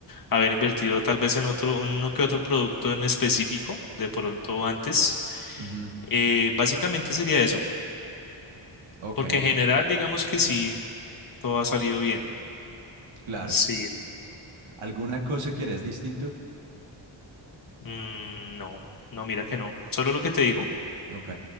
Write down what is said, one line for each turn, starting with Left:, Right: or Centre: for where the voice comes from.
Left: haber invertido tal vez en otro, uno que otro producto en específico, de pronto antes
Right: ujú,
Left: eh, básicamente sería eso,
Right: Ok,
Left: porque en general digamos que sí, todo ha salido bien.
Right: claro.
Left: Sí.
Right: ¿Alguna cosa que eres distinto?
Left: Mm, no, no, mira que no. Solo lo que te digo,
Right: Ok,